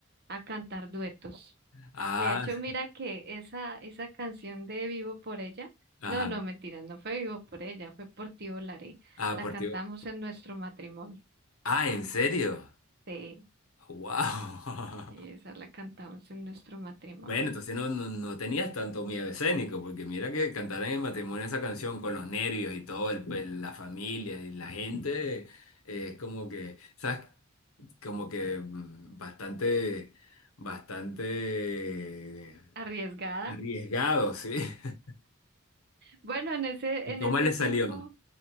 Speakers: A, on the right; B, on the left.
A: a cantar duetos.
B: Ah,
A: De hecho, mira que esa, esa canción de Vivo por ella,
B: ajá.
A: no, no, mentira, no fue Vivo por ella, fue Por ti volaré,
B: Ah,
A: la
B: por
A: cantamos
B: ti-
A: en nuestro matrimonio.
B: Ah, ¿en serio?
A: Sí,
B: ¡Wow!
A: sí, esa
B: <laughs>
A: la cantamos en nuestro matrimonio.
B: Bueno, entonces no, no, no tenías tanto miedo escénico, porque mira que cantar en el matrimonio esa canción con los nervios y todo, el, pues, la familia y la gente, eh, es como que, ¿sabes? Como que mm, bastante, bastante
A: Arriesgada.
B: arriesgado, ¿sí? <laughs>
A: Bueno, en ese,
B: ¿Y
A: en
B: cómo
A: ese
B: le
A: tiempo.
B: salió?